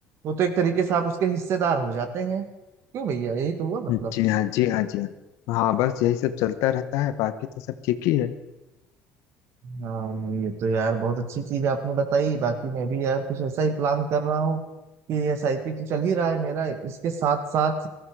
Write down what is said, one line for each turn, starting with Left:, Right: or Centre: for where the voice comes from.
Right: वो तो एक तरीके से आप उसके हिस्सेदार हो जाते हैं क्यों भैया यही तो हुआ मतलब
Left: जी हाँ जी हाँ जी हाँ हाँ बस यही सब चलता रहता है बाकी तो सब ठीक ही है
Right: हाँ नहीं, ये तो यार बहुत अच्छी चीज आपने बताई बाकी मैं भी यार कुछ ऐसा ही प्लान कर रहा हूँ कि एस आई पी तो चल ही रहा है मेरा इसके साथ साथ